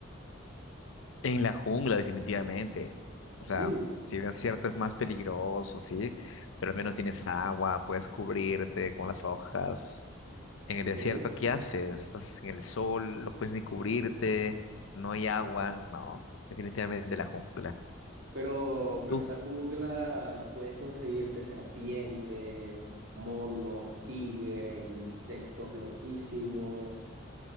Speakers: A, on the left; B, on the right.
A: En la jungla, definitivamente. O
B: Sí,
A: sea, si bien es cierto, es más peligroso, sí, pero al menos tienes agua, puedes cubrirte con las hojas. En el
B: ok.
A: desierto, ¿qué haces? Estás en el sol, no puedes ni cubrirte, no hay agua. No, definitivamente la jungla.
B: Pero, pero
A: Tú,
B: en la jungla puedes conseguirte serpientes, monos, tigres, insectos loquísimos,